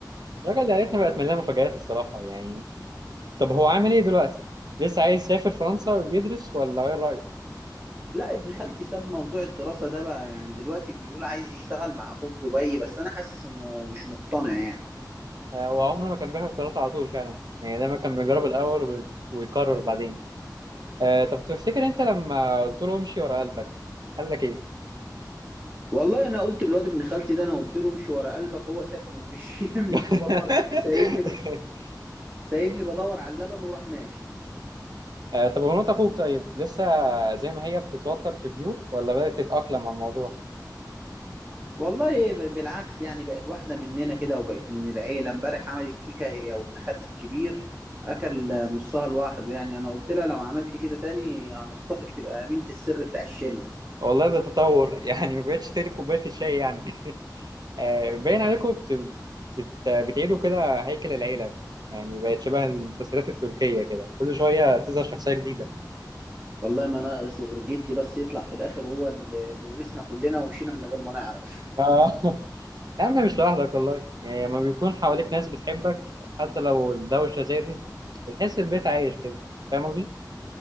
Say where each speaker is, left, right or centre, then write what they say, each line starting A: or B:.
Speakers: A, on the right; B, on the right.
A: الراجل عيلتنا بقت مليانه مفاجآت الصراحه يعني طب هو عامل ايه دلوقتي؟ لسه عايز يسافر فرنسا ويدرس ولا ايه رأيك؟
B: لا ابن خالتي ساب موضوع الدراسه ده بقى يعني دلوقتي بيقول عايز يشتغل مع اخوه في دبي بس انا حاسس انه مش مقتنع يعني
A: آه، وعمره ما كان بياخد قرارات على طول فعلا يعني دايما كان بيجرب الأول وي- ويقرر بعدين آه، طب تفتكر أنت لما قلت له امشي ورا قلبك قال لك إيه؟
B: والله انا قلت للواد ابن خالتي ده انا قلت له امشي ورا قلبك هو سابني ومشي <laughs> من السوبر
A: <laughs>
B: ماركت سايبني سايبني بدور على اللبن وراح ماشي
A: آه، طب ومرات أخوك طيب لسه زي ما هي بتتوتر في الضيوف ولا بدأت تتأقلم على الموضوع؟
B: والله ب- بالعكس يعني بقت واحدة مننا كده وبقت من العيلة امبارح عملت كيكة هي وابن خالتي الكبير أكل نصها لوحده يعني أنا قلت لها لو عملتي كده تاني هنخطفك تبقى أمينة السر بتاع الشلة
A: والله ده تطور <laughs> يعني ما بقتش تقلب كوباية الشاي يعني آه، باين عليكم بت... بت... بتعيدوا كده هيكل العيلة يعني بقت شبه المسلسلات التركية كده كل شوية تظهر شخصية جديدة
B: والله ما ناقص غير جدي بس يطلع في الآخر هو اللي اللي ورثنا كلنا ومشينا من غير ما نعرف
A: <laughs> آه. يا عم مش لوحدك والله يعني لما بيكون حواليك ناس بتحبك حتى لو الدوشة زادت بتحس البيت عايش كده فاهم قصدي؟